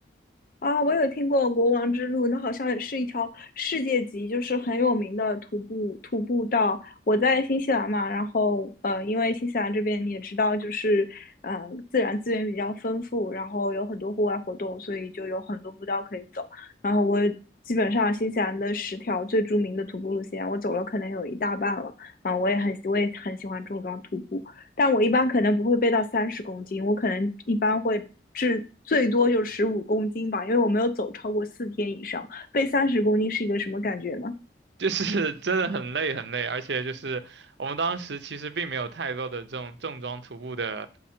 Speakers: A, on the left; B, on the right.
A: 啊，我有听过国王之路，那好像是一条世界级，就是很有名的徒步徒步道。我在新西兰嘛，然后呃，因为新西兰这边你也知道，就是呃自然资源比较丰富，然后有很多户外活动，所以就有很多步道可以走。然后我基本上新西兰的十条最著名的徒步路线，我走了可能有一大半了。啊，我也很我也很喜欢重装徒步。但我一般可能不会背到三十公斤，我可能一般会至最多就十五公斤吧，因为我没有走超过四天以上。背三十公斤是一个什么感觉呢？
B: 就是真的很累很累，而且就是我们当时其实并没有太多的这种重装徒步的